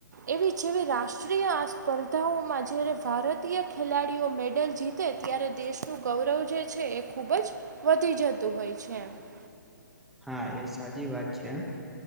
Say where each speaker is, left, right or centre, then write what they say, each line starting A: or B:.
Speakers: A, on the right; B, in the centre.
A: એવી જેવી રાષ્ટ્રીય આ સ્પર્ધાઓમાં, જ્યારે ભારતીય ખેલાડી. મેડલ જીતે, ત્યારે દેશનું ગૌરવ જે છે, એ ખૂબ જ. વધી જતું હોય છે, એ
B: હા, એ સાચી વાત છે.